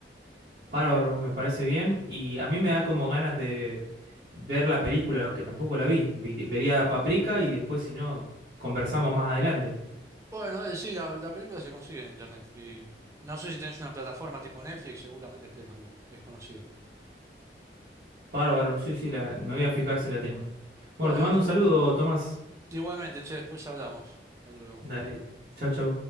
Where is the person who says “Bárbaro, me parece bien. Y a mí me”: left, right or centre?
Right